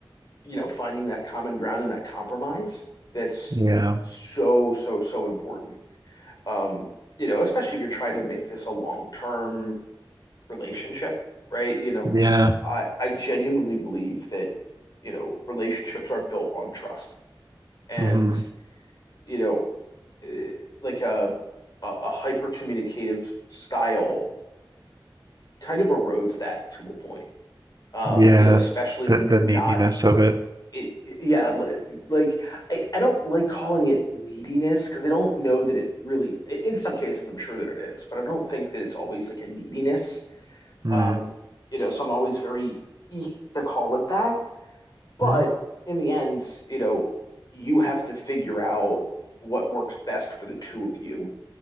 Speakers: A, on the left; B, on the right.
A: you know, finding that common ground and that compromise that's
B: Yeah,
A: so, so, so important. Um, you know, especially if you're trying to make this a long-term relationship, right? You know,
B: yeah.
A: I I genuinely believe that, you know, relationships are built on trust. And,
B: hmm
A: you know, eh, like a a, a hyper communicative style kind of erodes that to a point. Um,
B: Yeah,
A: you know, especially
B: the
A: when you're
B: the
A: not
B: neediness of it.
A: it, it- yeah, li- like I, I don't like calling it neediness because I don't know that it really, i- in some cases, I'm sure that it is, but I don't think that it's always like a neediness.
B: Mm.
A: Um, you know, so I'm always very eek to call it that. But
B: hmm
A: in the end, you know, you have to figure out what works best for the two of you